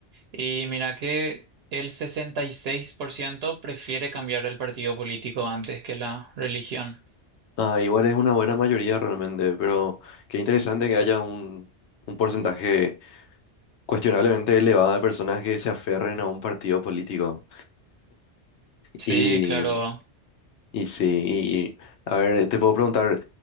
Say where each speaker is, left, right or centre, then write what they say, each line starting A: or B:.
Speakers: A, on the right; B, on the left.
A: Y mira que el 66% prefiere cambiar el partido político antes que la religión.
B: Ah, igual es una buena mayoría realmente, pero qué interesante que haya un, un porcentaje cuestionablemente elevado de personas que se aferren a un partido político.
A: Sí,
B: Y,
A: claro.
B: y sí, y, a ver, te puedo preguntar,